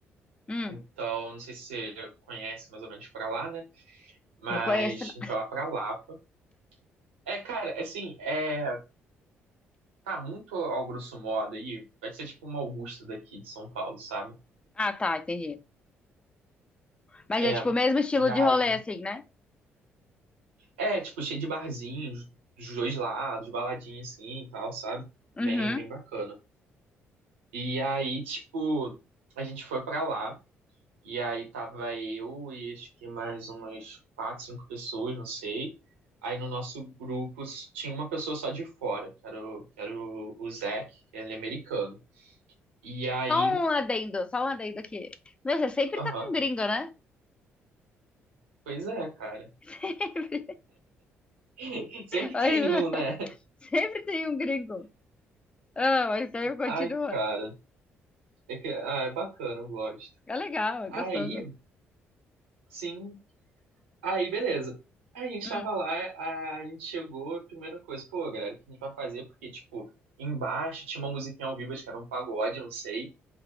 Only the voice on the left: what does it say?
Hum,
não conheço. não.
Ah, tá, entendi. Mas
é tipo
o mesmo estilo
de rolê, assim, né?
Uhum.
Só um adendo, só um adendo aqui. Meu, você sempre
tá com um gringo, né?
<laughs> Sempre.
Mas,
ah,
sempre tem um gringo. Ah, mas então continua.
É legal, é
gostoso.
Hum,